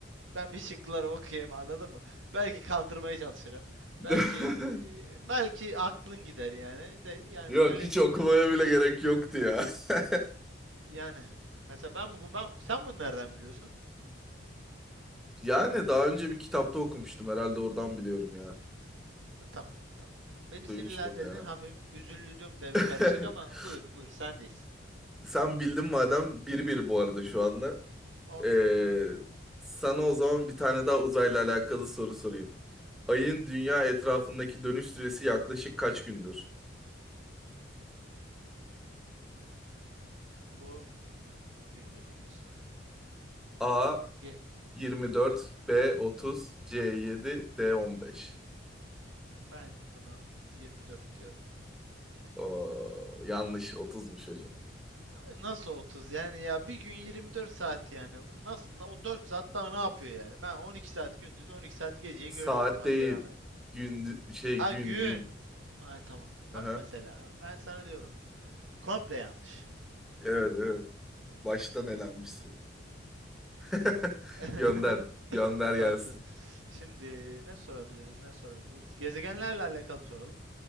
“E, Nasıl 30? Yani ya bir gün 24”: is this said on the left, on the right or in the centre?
Right